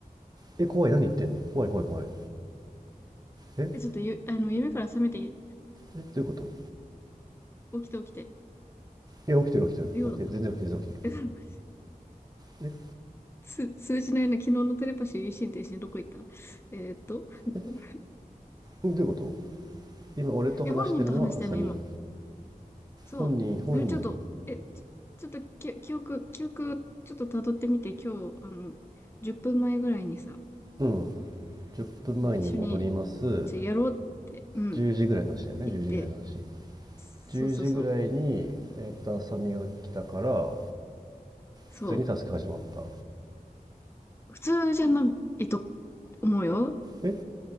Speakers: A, on the right; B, on the left.
A: え怖い何言ってんの怖い怖い怖いえ
B: え、ちょっとゆ、あの、夢から覚めて、
A: えどういうこと
B: 起きて起きて、
A: いや起きてる起きてる起きてる全然起きてる全然起きて
B: 量だから。えなんか
A: る
B: つ、通なな、昨日のテレパシー心停止にどこ行ったえーっと、<laughs>
A: ええどういうこと今俺と話してるのは浅見
B: いや、本人と話してんの、今。そう。
A: 本人本人
B: あれ、ちょっと、え、ちょ、ちょっとき、記憶、記憶、ちょっと辿ってみて、今日、あの、10分前ぐらいにさ、
A: うん10分前に戻ります
B: あの一緒に、じゃ、やろうって、うん、
A: 10時ぐらいの話だよね10時ぐらいの話
B: 言って、そうそうそう、
A: 10時ぐらいにえっと浅見が来たから
B: そう。
A: 普通にタスク始まった
B: 普通じゃないと思うよ。
A: え